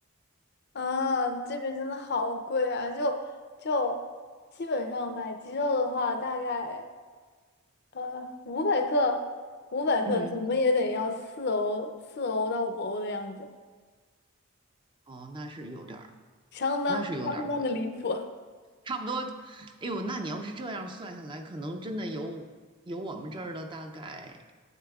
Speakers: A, on the left; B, on the right.
A: 啊，这边真的好贵啊！就就基本上买鸡肉的话，大概呃五百克，五百克怎么也得要四欧，
B: 嗯，
A: 四欧到五欧的样子，
B: 哦，那是有点儿，
A: 相当相当的离谱，
B: 那是有点儿贵，差不多。哎呦，那你要是这样算下来，可能真的有有我们这儿的大概